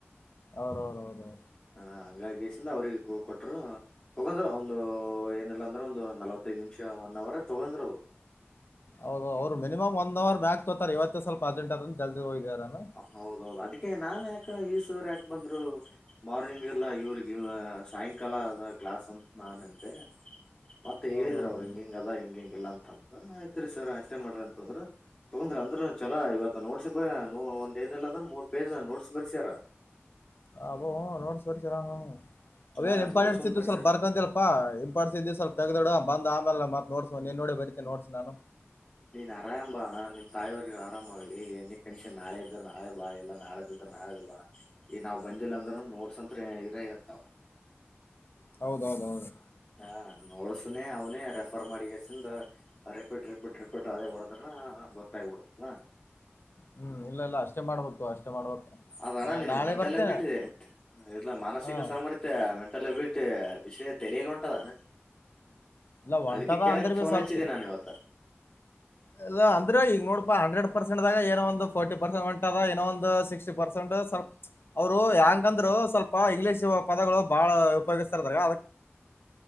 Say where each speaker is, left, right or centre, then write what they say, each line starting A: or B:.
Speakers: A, on the left; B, on the left.
A: ಅವ್ರ ಅವ್ರ ಹೌದೌರ
B: ಹ ಹಂಗಾಗೇಶಿಂದ ಅವ್ರಿಗೆ ಇ.. ಕೊಟ್ಟರು ತೂಗೊಂಡ್ರ ಒಂದು ಏನಿಲ್ಲ ಅಂದ್ರ ಒಂದು ನಾಲವತ್ತೈದು ನಿಮಿಷ ಒನ್ ಅವರ್ ತೊಗಂದ್ರ ಅವ್ರು
A: ಹೌದು ಅವರ ಮಿನಿಮಮ್ ಒಂದ್ ಅವರ್ ಮ್ಯಾಗ ತೂಗೋತಾರ ಇವತ್ತೇ ಸ್ವಲ್ಪ ಅಜೆಂಟ್ ಆದ್ರ ಜಲ್ದಿ ಹೋಗಿದಾರ ಅನ
B: ಹೌದ ಹೌದು ಅದಕ್ಕೆ ನಾನ ಯಾಕ ಈ ಸರ ಯಾಕ ಬಂದ್ರು ಮಾರ್ನಿಂಗ್ ಇಲ್ಲ ಇವ್ರಿಗೆ ಸಾಯಂಕಾಲ ಅದ ಕ್ಲಾಸ್ ಅಂತ ನಾನ ಅಂದೆ ಮತ್ತೆ ಹೇಳಿದ್ರರು
A: ಹೌದೌದು
B: ಅವ್ರು ಹಿಂಗ ಹಿಂಗ ಆದ ಹಿಂಗಿಗ ಇಲ್ಲ ಅಂತ ಹ ಆಯ್ತ್ರಿ ಸರ್ ಅಷ್ಟೇ ಮಾಡ್ರಿ ಅಂತ ಅಂದ್ರು ತೊಂದ್ರ ಅಂದ್ರ ಚಲೋ ಇವತ್ತು ನೋಡ್ಸ ನ ಒಂದ ಏನಿಲ್ಲ ಅಂದ್ರ ಮೂರ್ ಪೇಜ್ ನೋಟ್ಸ್ ಬರಸ್ಯಾರ್
A: ಅ ಅಬೋ ನೋಟ್ಸ್ ಬರೀತನ
B: ಹಾ
A: ಅವೇಏನ್ ಇಂಪಾರಂಟೆಂಟ್
B: ನೋಟ್ಸ್ ಒಂದ್
A: ಇದ್ದು
B: ಬರಿ
A: ಸ್ವಲ್ಪ
B: ಸರ್
A: ಬರ್ಕೊತನ್ ಏ ಇಂಪೋಟೆನ್ಸ್ ಇದ್ದಿದ್ದ ಸ್ವಲ್ಪ ತಗದ ಇಡು ಬಂದ ಆಮೇಲೆತ್ ನೋಟ್ಸ್ ನೀನ್ ನೋಡಿನ ಬರಿತೇನೆ ನೋಟ್ಸ್ ನಾನು
B: ನೀನ್ ಆರಾಮ ಬಾ ನಿಮ್ಮ ತಾಯಿಯವ್ರಿಗೆ ಆರಾಮ ಆಗ್ಲಿ ಏನೀ ಕಂಡೀಷನ ನಾಳ ಇದ್ದರು ನಾಳೆ ಬಾ ಇಲ್ಲಾ ನಾಳೆ ಇದ ಅ ಅಲ್ವಾ ಈಗ ನಾವ್ ಬಂದಿಲ್ಲ ಅಂದ್ರೂ ನೋಟ್ಸ್ ಅಂತ್ರಿ ಇದ್ದ ಇರ್ತಾವ
A: ಹೌದೌ ಹೌದ ದೌದು
B: ಹಾ ನೋಡ್ಸನೆ ಅವನೇ ರೆಫರ್ ಮಾಡಿ ಹೆಸನ್ <unintelligible> ರಿಪೀಟ್ ರಿಪೀಟ್ ರಿಪೀಟ್ ಅದೇ ಹೊಡದ್ರನಾ ಗೊತ್ತಾಗಬಿಡ್ತನಾ
A: ಹ್ಮ್ ಇಲ್ಲ ಇಲ್ಲ ಅಷ್ಟೇ ಮಾಡ್ಬೇಕು ಅಷ್ಟೇ ಮಾಡ್ಬೇಕು
B: ಅದಣ್ಣ
A: ಆ,
B: ನಿನಗ್
A: ನಾಳೆ
B: ಮೆಂಟಲ್
A: ಬರ್ತೇನೆ
B: ಅಬಿಲಿಟಿ ಇದೆ ಇಲ್ಲ ಮಾನಸಿಕ
A: ಹಾ
B: ಸಾಮರ್ಥ್ಯ ಮ ಮೆಂಟಲ್ ಏಬಿಲಿಟಿ ವಿಷಯ ತೇಲಿಗ ಹೊಂಟದ ಏನ
A: ಇಲ್ಲ ಹೊಂಟದ
B: ಅದಕ್ಕೆ ಕೇಳಕ
A: ಅಂದ್ರೆ
B: ಫೋನ್
A: ಬಿ ಸ್ವಲ್ಪ
B: ಹಚ್ಚಿದೆ ನಾನ ಇವತ್ತ
A: ಇಲ್ಲ ಅಂದ್ರ ಈಗ ನೋಡಪಾ ಹಂಡ್ರೆಡ್ ಪರಷಟ್ ದಾಗ ಏನೋ ಒಂದ ಪೊರ್ಟಿ ಪರಷಟ್ ಅದ ಏನೋ ಒಂದ ಸಿಕ್ಸ್ಟಿಪರಷಟ್ ಸ್ ಅವ್ರು ಹೆಂಗಂದ್ರು ಸ್ವಲ್ಪ ಇಂಗ್ಲಿಷ ಪದಗಳು ಬಾಳ ಉಪಯೋಗಿಸ್ತಾರ ಅದಕ್ಕ